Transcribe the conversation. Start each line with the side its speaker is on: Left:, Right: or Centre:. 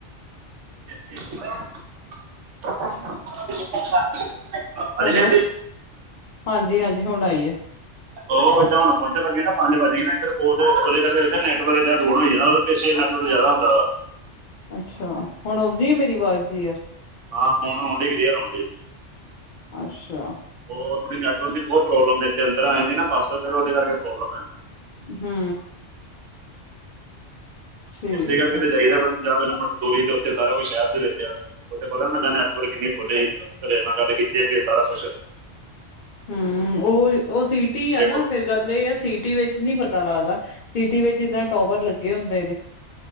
Right: <unintelligible>
Left: ਹੈਲੋ,
Right: ਆਂਦੀ
Left: ਹਾਂਜੀ- ਹਾਂਜੀ ਹੁਨ ਆਈ ਏ
Right: ਉਹ ਏਦਾਂ ਹੁਨ ਪਹੁੰਚਣ ਲੱਗੀ ਨਾ ਪੰਜ ਵੱਜ ਗਏ ਨੇ ਇਧਰੋ ਤੇ ਉਹਦੇ ਕਰਕੇ ਨੈਟਵਰਕ ਏਨਾਂ ਡਾਊਨ ਹੋਈ ਜਾਂਦਾ ਪਿਛੇ ਨੈਟਵਰਕ ਜ਼ਿਆਦਾ ਹੁੰਦਾ ਵਾ
Left: ਅੱਛਾ, ਹੁਣ ਆਉਂਦੀ ਐ ਮੇਰੀ ਆਵਾਜ਼ ਕਲੀਅਰ
Right: ਹਾਂ ਹੁਨ ਆਉਣ ਡਈ ਆ ਕਲੀਅਰ ਆਉਣ ਡਈ
Left: ਅੱਛਾ।
Right: ਉਹ ਥੋੜੀ ਨੈਟਵਰਕ ਦੀ ਬਹੁਤ ਪ੍ਰੋਬਲਮ ਇਥੇ ਅੰਦਰ ਆਏਗੀ ਨਾ ਬੱਸ ਫਰ ਉਹਦੇ ਕਰਕੇ ਪ੍ਰੋਬਲਮ ਐ
Left: ਹੰ ਠੀਕ
Right: ਇਸੇ ਕਰਕੇ
Left: ਆ
Right: ਤੇ ਜਾਈਦਾ ਪੰਜਾਹ ਕਿਲੋਮੀਟਰ ਦੂਰੀ ਤੇ ਉੱਥੇ ਸਾਰਾ ਕੁਛ ਸ਼ਹਿਰ ਦੇ ਵਿੱਚ ਆ ਉਹਥੇ ਪਤਾ ਨੀ ਲੱਗਾ ਨੈਟਵਰਕ ਕਿਨੇ ਖੁਲੇ ਘਰੇ ਆ ਕੇ ਨਾ ਗੱਲ ਕੀਤੀ ਆ ਕਿ ਸਾਰਾ ਕੁਛ
Left: ਹੰ ਉਹ- ਉਹ ਸੀਟੀ ਆ ਨਾ
Right: ਕੋਲ
Left: ਫਿਰ ਗੱਲ ਇਹ ਆ ਸੀਟੀ ਸਿਟੀ ਵਿਚ ਨੀ ਪਤਾ ਲੱਗਦਾ ਸਿਟੀ ਵਿਚ ਏਦਾਂ ਟਾਵਰ ਲੱਗੇ ਹੁੰਦੇ ਨੇ